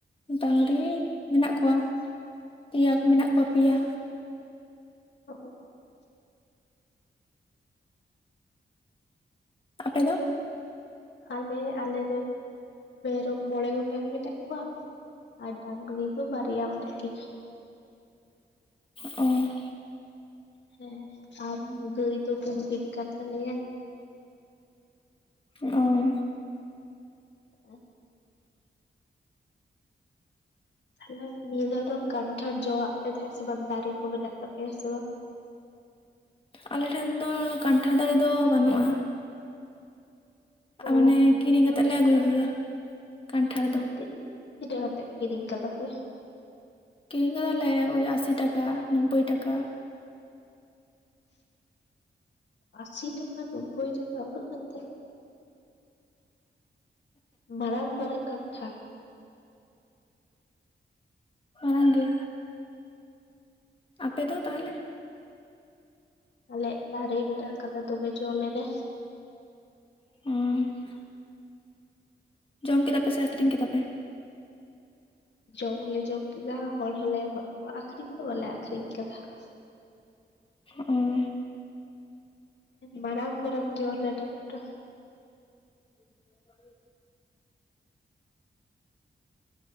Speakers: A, on the left; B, on the left.
A: ᱰᱟᱝᱨᱤ ᱢᱮᱱᱟᱜ ᱠᱚᱣᱟ ᱯᱤᱭᱟ ᱠᱚ ᱢᱮᱱᱟᱜ ᱠᱚᱣᱟ ᱯᱤᱭᱟ᱾
B: ᱚ᱾
A: ᱟᱯᱮ ᱫᱚ?
B: ᱟᱞᱮ ᱟᱞᱮ ᱨᱮᱱ ᱢᱮᱨᱚᱢ ᱢᱚᱬᱮ ᱜᱚᱴᱟᱝ ᱢᱮᱱᱟᱜ ᱠᱚᱣᱟ, ᱟᱨ ᱰᱟᱝᱨᱤ ᱫᱚ ᱵᱟᱨᱭᱟ ᱢᱮᱱᱟᱜ ᱠᱤᱱᱟᱹ᱾
A: ᱚᱸ᱾
B: ᱦᱮᱸ ᱟᱨ ᱜᱟᱹᱭ ᱫᱚ ᱜᱩᱨᱵᱷᱤᱱ ᱠᱟᱱ ᱛᱟᱞᱮᱭᱟ᱾
A: ᱚᱸ᱾
B: <inaudible> ᱛᱟᱦᱞᱮ ᱱᱤᱭᱟᱹ ᱫᱷᱟᱣ ᱫᱚ ᱠᱟᱱᱴᱷᱟᱲ ᱡᱚᱣᱟᱜ ᱯᱮ ᱛᱟᱦᱮᱸᱜᱼᱟ ᱥᱮ ᱵᱟᱝ ᱫᱟᱨᱮ ᱠᱚ ᱢᱮᱱᱟᱜ ᱛᱟᱯᱮᱭᱟ ᱥᱮ ᱵᱟᱝ?
A: ᱟᱞᱮ ᱴᱷᱮᱱ ᱫᱚ ᱠᱟᱱᱴᱷᱟᱲ ᱫᱟᱲᱮ ᱫᱚ ᱵᱟᱹᱱᱩᱜᱼᱟ᱾
B: ᱚ
A: ᱟ ᱢᱟᱱᱮ ᱠᱤᱨᱤᱧ ᱠᱟᱛᱮᱜ ᱞᱮ ᱟᱹᱜᱩᱭ ᱜᱮᱭᱟ᱾ ᱠᱟᱱᱴᱷᱟᱲ ᱫᱚ
B: ᱟᱨ ᱛᱤ ᱛᱤᱱᱟᱹᱜ ᱠᱟᱛᱮᱜ ᱠᱤᱨᱤᱧ ᱠᱟᱫᱟ ᱯᱮ?
A: ᱠᱤᱨᱤᱧ ᱠᱟᱫᱟᱞᱮ ᱳᱭ ᱟᱥᱤ ᱴᱟᱠᱟ ᱱᱳᱵᱽᱵᱳᱭ ᱴᱟᱠᱟ
B: ᱟᱥᱤ ᱴᱟᱠᱟ ᱱᱳᱵᱵᱳᱭ ᱴᱟᱠᱟ ᱩᱱᱟᱹᱜ ᱠᱟᱛᱮ! ᱢᱟᱨᱟᱝ ᱢᱟᱨᱟᱝ ᱠᱟᱱᱴᱷᱟᱲ᱾
A: ᱢᱟᱨᱟᱝ ᱜᱮ᱾ ᱟᱯᱮ ᱫᱚ ᱛᱟᱦᱚᱞᱮ?
B: ᱟᱞᱮᱭᱟᱜ ᱫᱟᱨᱮ ᱢᱮᱱᱟᱜ ᱠᱟᱫᱟ ᱫᱚᱢᱮ ᱡᱚ ᱞᱮᱱᱟ᱾
A: ᱩᱸ ᱾ ᱡᱚᱢ ᱠᱮᱫᱟ ᱯᱮ ᱥᱮ ᱟᱠᱷᱨᱤᱧ ᱠᱮᱫᱟ ᱯᱮ?
B: ᱡᱚᱢ ᱦᱚᱞᱮ ᱡᱚᱢ ᱠᱮᱫᱟ ᱦᱚᱲ ᱦᱚᱞᱮ ᱮᱢᱟᱜ ᱠᱚᱣᱟ ᱟᱠᱷᱨᱤᱧ ᱫᱚ ᱵᱟᱞᱮ ᱟᱠᱷᱨᱤᱧ ᱟᱠᱟᱫᱟ ᱾
A: ᱦᱩᱸᱜ ᱩᱸ
B: ᱢᱟᱨᱟᱝ ᱢᱟᱨᱟᱝ ᱡᱚ ᱞᱮᱱᱟ ᱯᱩᱨᱟ ᱾
A: <inaudible>